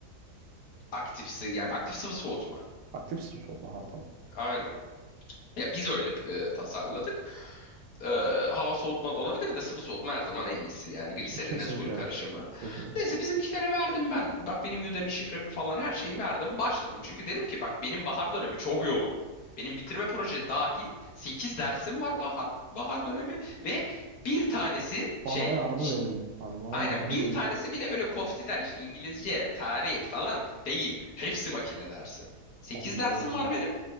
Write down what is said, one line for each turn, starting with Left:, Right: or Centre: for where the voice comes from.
Left: Aktif sı- yani aktif sıvı soğutma.
Right: Aktif soğutma ha tamam.
Left: Aynen. Ya biz öyle e, tasarladık. E, hava soğutma da olabilir de sıvı soğutma her zaman en iyisi yani gliserinle
Right: Kesinlikle
Left: suyla karışımı.
Right: evet. Hı hı.
Left: Neyse bizimkilere verdim ben. Bak benim Udemy şifremi falan her şeyi verdim. Başladım. Çünkü dedim ki bak benim bahar dönemi çok yoğun. Benim bitirme proje dahil 8 dersim var bahar bahar dönemi ve bir tanesi
Right: Bana
Left: şey
Right: yardım
Left: ş-
Right: edin. Hani bana
Left: aynen
Right: yardım
Left: bir
Right: edin.
Left: tanesi bile böyle koftiden işte İngilizce, tarih falan değil. Hepsi makine dersi. sekiz
Right: Anlıyorum.
Left: dersim var benim.